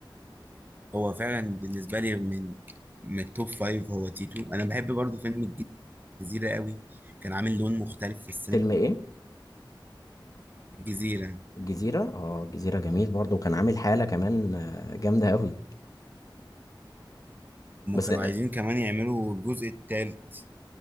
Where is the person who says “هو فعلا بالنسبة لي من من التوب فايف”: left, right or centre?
Right